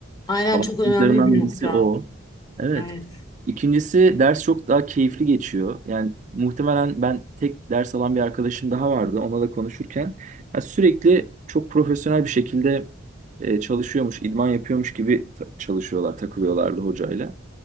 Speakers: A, on the left; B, on the right.
A: Aynen
B: Avantajlarından
A: çok önemli bir nokta.
B: birisi o. Evet.
A: Evet.
B: İkincisi ders çok daha keyifli geçiyor. Yani muhtemelen ben tek ders alan bir arkadaşım daha vardı. Onunla da konuşurken ya sürekli çok profesyonel bir şekilde e, çalışıyormuş, idman yapıyormuş gibi ta- çalışıyorlar, takılıyorlardı hocayla.